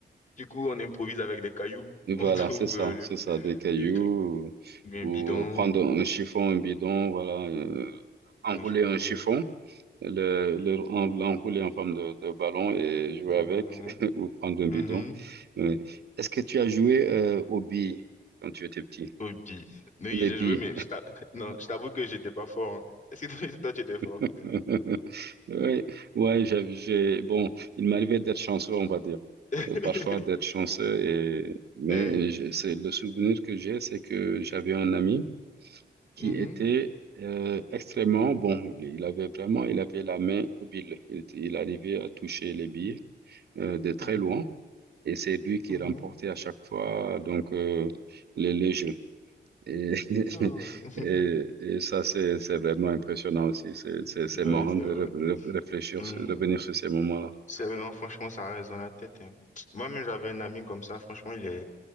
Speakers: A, on the left; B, on the right.
A: Du coup, on improvise avec des cailloux.
B: Voilà,
A: On <laughs> trouve,
B: c'est ça,
A: euh, le,
B: c'est ça, des cailloux
A: le truc bien
B: ou,
A: bidon,
B: ou prendre un chiffon, un bidon, voilà, euh, enrouler
A: On joue
B: un chiffon,
A: euh,
B: le, le, en- l'enrouler en forme de, de ballon et jouer
A: le
B: avec
A: ballon.
B: <laughs> ou prendre un bidon.
A: Mhm.
B: Oui. Est-ce que tu as joué euh, aux billes quand tu étais petit?
A: Hobby. Oui,
B: Les
A: j'ai
B: billes.
A: joué, mais je t'a- <laughs> non, je t'avoue que j'étais pas fort. hein. Est-ce que toi, <laughs> toi, tu étais fort?
B: <laughs> Oui, ouais, j'ai, j'ai- bon, il m'arrivait d'être chanceux, on va dire.
A: <laughs>
B: Euh, Parfois d'être chanceux et, mais
A: Hein?
B: j'ai- c'est le souvenir que j'ai, c'est que j'avais un ami. qui
A: Mhm.
B: était euh, extrêmement bon. Il, il avait vraiment, il avait la main habile. Il, était- il arrivait à toucher les billes euh, de très
A: Mhm.
B: loin. Et c'est lui qui
A: Mhm.
B: remportait à chaque fois donc euh, les, les jeux. Et, <laughs>
A: Ah. <laughs>
B: et, et ça, c'est, c'est vraiment impressionnant aussi. C'est, c'est, c'est
A: Non,
B: marrant
A: c'est
B: de
A: vrai.
B: re- re- réfléchir,
A: Mhm.
B: sur- revenir sur ces moments-là.
A: C'est, non, franchement, ça reste dans la tête. hein. Moi-même, j'avais un ami comme ça. Franchement, il est...